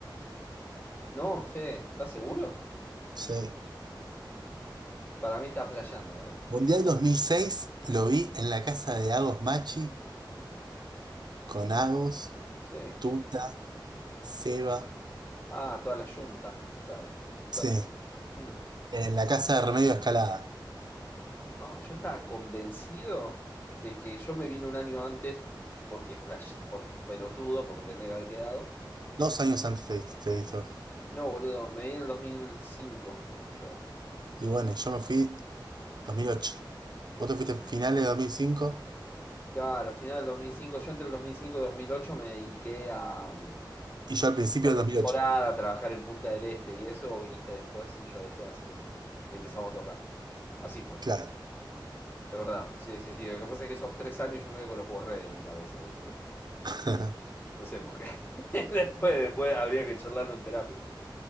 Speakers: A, on the left (about 25°); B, on the right (about 60°).
A: No, Fe, ¿estás seguro?
B: sí.
A: Para mí está flasheando, ¿eh?
B: Mundial 2006 lo vi en la casa de Agos Machi con Agos,
A: Sí.
B: Tuta, Seba.
A: Ah, toda la yunta, claro.
B: Sí,
A: Toda la yunta. Mm.
B: en la casa de Remedio Escalada.
A: Ah, yo estaba convencido de que yo me vine un año antes porque flash, por pelotudo, porque me tendría que haber quedado.
B: Dos años antes de de esto.
A: No, boludo, me vine en el 2005, yo.
B: Y bueno, yo me fui 2008. Vos te fuiste finales de 2005
A: Claro, final del 2005, yo entre el 2005 y 2008 me dediqué a mm,
B: y yo al principio
A: hacer
B: de 2008.
A: temporada, a trabajar en Punta del Este y eso, vos viniste después y yo dejé de hacer eso. Y empezamos a tocar. Así fue,
B: Claro.
A: de verdad. Sí, sí, sí. Lo que pasa es que esos tres años yo medio que los borré de mi cabeza, ¿viste?
B: <laughs>
A: No sé por qué. <laughs> Después, después habría que charlarlo en terapia.